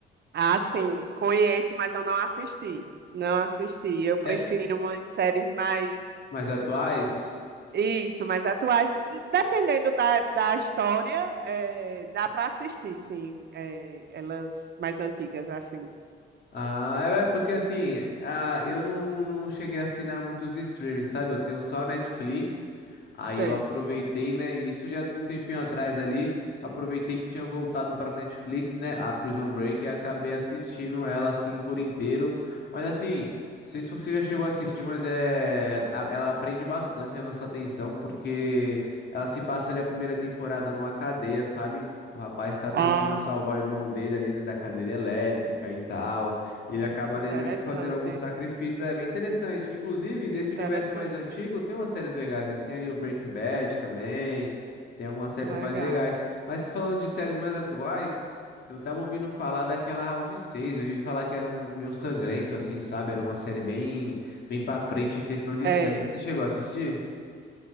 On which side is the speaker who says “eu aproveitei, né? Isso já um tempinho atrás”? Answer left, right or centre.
Left